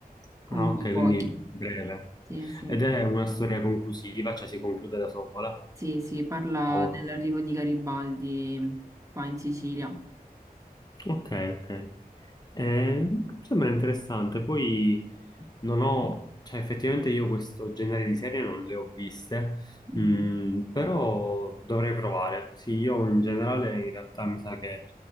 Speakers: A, on the right; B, on the left.
A: Comunque
B: Ah, ok, quindi
A: pochi,
B: breve.
A: sì, sì,
B: Ed è una storia conclusiva, cioè si conclude da sola.
A: sì, sì, parla
B: Oh.
A: dell'arrivo di Garibaldi qua in Sicilia.
B: Ok, ok. Eh, sembra interessante. Poi non ho, cioè effettivamente io questo genere di serie non le ho viste,
A: Mhm.
B: mm, però dovrei provare. Sì, io in generale in realtà mi sa che